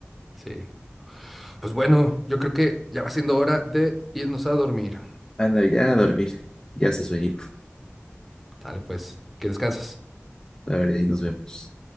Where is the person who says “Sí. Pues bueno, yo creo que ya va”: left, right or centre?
Centre